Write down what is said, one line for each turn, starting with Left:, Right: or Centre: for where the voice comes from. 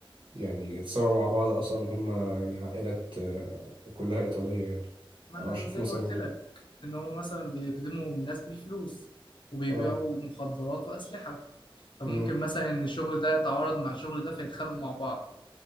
Right: يعني اتصوروا مع بعض أصلا هما يعني عائلات آه، كلها إيطالية يعني
Left: ما
Right: أنا
Left: انا
Right: أشوف
Left: زي
Right: مثلا
Left: ما قلت
Right: لما
Left: لك
Right: كان-
Left: ان هما مثلا بيخدموا الناس بالفلوس وبيبيعوا
Right: اه
Left: مخدرات واسلحه فممكن
Right: مم.
Left: مثلا ان الشغل ده يتعارض مع الشغل ده فيتخانقوا مع بعض